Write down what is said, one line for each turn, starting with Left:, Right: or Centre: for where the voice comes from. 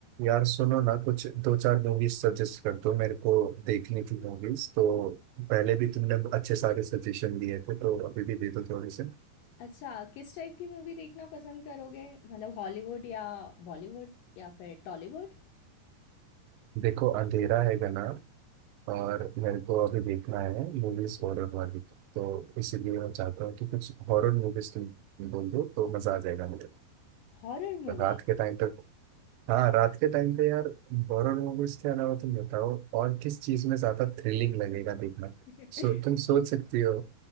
Right: यार सुनो ना कुछ दो चार मूवीज सजेस्ट कर दो मेरे को देखनी थी मूवीज तो पहले भी तुमने अच्छे सारे सजेशन दिए थे तो अभी भी दे दो थोड़े से
Left: अच्छा, किस टाइप की मूवी देखना पसंद करोगे? मतलब हॉलीवुड या बॉलीवुड या फिर टॉलीवुड?
Right: देखो अंधेरा है गाना और मेरे को अभी देखना है मूवीज हॉरर वाली तो इसीलिए मैं चाहता हूँ कि कुछ हॉरर मूवीज तुम बोल दो तो मजा आ जाएगा मुझे
Left: Horror movie?
Right: रात के टाइम पे हाँ रात के टाइम पे यार हॉरर मूवीज के अलावा तुम बताओ और किस चीज में ज्यादा थ्रिलिंग लगेगा देखना
Left: <laughs>
Right: सो तुम सोच सकती हो